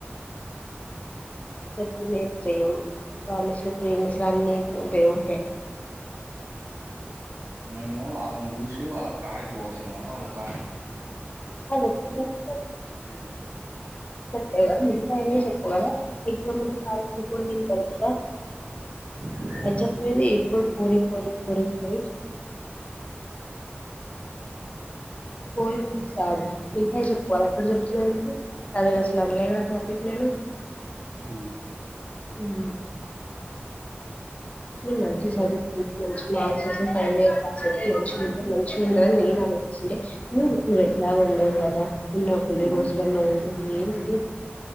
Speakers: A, on the left; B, on the right.
A: చెపింది చేసినావు <unintelligible> దేవుడికే
B: నేను వాళ్ళని చూసి వాళ్ళ కాడికి పోతున్నా వాళ్ళ కాడికి పోయి
A: గొప్ప గొప్ప
B: వచ్చేసింది
A: కదా ము చెప్పగదా ఎజా ము ఉంది అని కొన్ని తెలుసా
B: ఏంటి
A: రజతంది ఎప్పుడు కోరి పోరీ పోరీ పోరి పో మీరు భ చెప్పు ఎక్కడ చెప్తున్నా ఎందుకు తది అసల్ టాపిక్ నేను
B: మ్మ్
A: ఉమ్ మంచి సదు ఉంట మంచి మార్క్స్ వ ఫైన్ ఇయర్ పాస్ అయితే మంచిగా ఉంట మంచిగా ఉంటందిని నేను ఆలోచిస్తుండే, నువ్వు నువ్వు ఎలాగా ఉండవు కదా ఉన్నకునే
B: నువ్వు
A: రోజ <unintelligible> ఉండే ఏంటిది